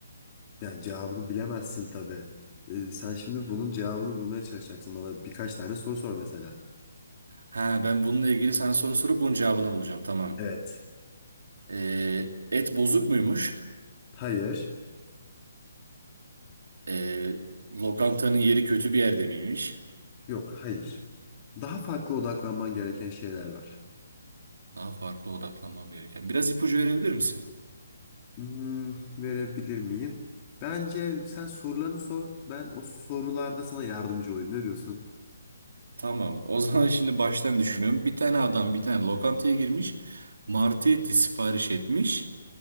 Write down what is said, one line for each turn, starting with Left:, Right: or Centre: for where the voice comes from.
Left: Yani cevabını bilemezsin tabii. Ee, sen şimdi bunun cevabını bulmaya çalışacaksın. Bana birkaç tane soru sor mesela.
Right: Ha ben bununla ilgili sana soru sorup bunun cevabını bulacağım. Tamam.
Left: Evet.
Right: Ee, et bozuk muymuş?
Left: Hayır.
Right: Ee, lokantanın yeri kötü bir yerde miymiş?
Left: Yok, hayır. Daha farklı odaklanman gereken şeyler var.
Right: Daha farklı odaklanmam gereken. Biraz ipucu verebilir misin?
Left: Hmm, verebilir miyim? Bence sen sorularını sor. Ben o sorularda sana yardımcı olayım. Ne diyorsun?
Right: Tamam. O zaman şimdi baştan düşünüyorum. Bir tane adam bir tane lokantaya girmiş. Martı eti sipariş etmiş.